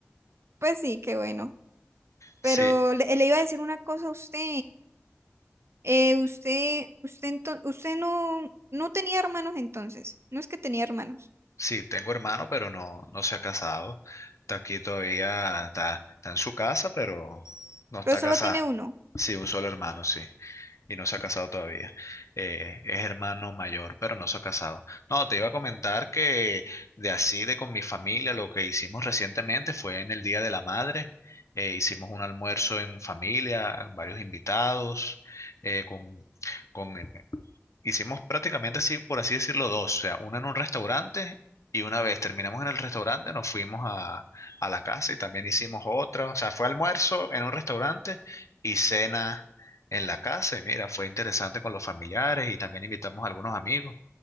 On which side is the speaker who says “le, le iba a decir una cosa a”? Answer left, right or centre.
Right